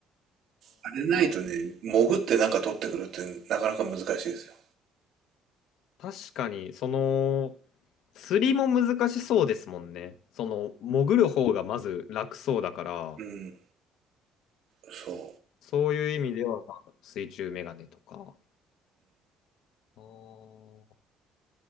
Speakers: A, on the right; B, on the left.
A: あれないとね、潜ってなんか取ってくるってなかなか難しいですよ。
B: あー、確かに、その、釣りも難しそうですもんね。その、潜る方がまず楽そうだから、
A: うん。そう。
B: そういう意味では水中メガネとか。あー